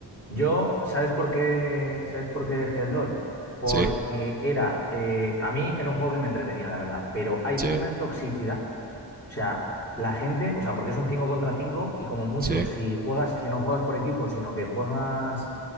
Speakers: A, on the left; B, on the right.
A: Yo, ¿sabes por qué? ¿Sabes por qué dejé el LOL? Porque
B: Sí,
A: era, eh, a mí era un juego que me entretenía, la verdad, pero hay
B: sí,
A: una toxicidad, o sea, la gente, o sea, porque es un 5 contra 5 y como mucho,
B: sí,
A: si juegas, si no juegas por equipo, sino que juegas,